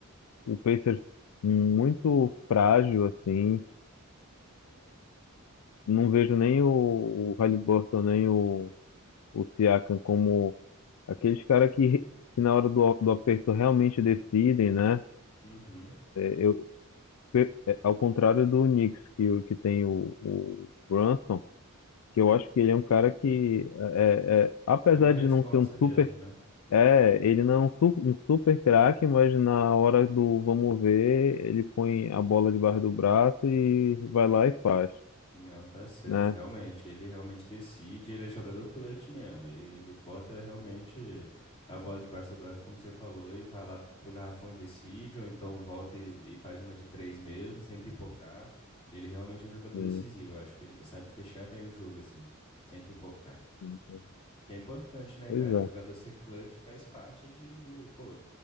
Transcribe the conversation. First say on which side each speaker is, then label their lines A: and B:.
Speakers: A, on the left; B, on the left.
A: o Pacers muito frágil, assim. Não vejo nem o, o Halliburton, nem o o Siakam como aqueles caras que, que na hora do, do aperto realmente decidem, né?
B: Uhum.
A: Eu, é, ao contrário do Knicks, que, o- que tem o, o Brunson, que eu acho que ele é um cara que, é, é, é, apesar
B: É uma responsa
A: de não ser um
B: mesmo,
A: super.
B: né?
A: É, ele não é um su- um super craque, mas na hora do vamos ver, ele põe a bola debaixo do braço e vai lá e faz,
B: Não, tá certo,
A: né?
B: realmente. Ele realmente decide, ele é jogador clutch mesmo. Ele, ele bota realmente a bola debaixo do braço, como você falou, e vai lá pro garrafão e decide, ou então volta e, e faz uma de três mesmo, sem pipocar. Ele realmente é um jogador
A: Sim,
B: decisivo. Eu acho que ele sabe fechar bem o jogo, assim, sem pipocar.
A: sim, sim.
B: Que é importante, né,
A: Pois
B: cara?
A: é.
B: O jogador ser clutch faz parte de, de, pô,